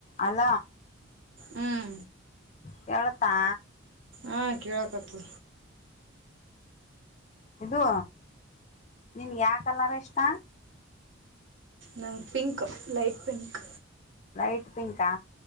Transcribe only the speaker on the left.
ಅಲ
ಕೇಳುತಾ
ಇದು ನಿನ್ ಯಾ ಕಲರ್ ಇಷ್ಟ
ಲೈಟ್ ಪಿಂಕಾ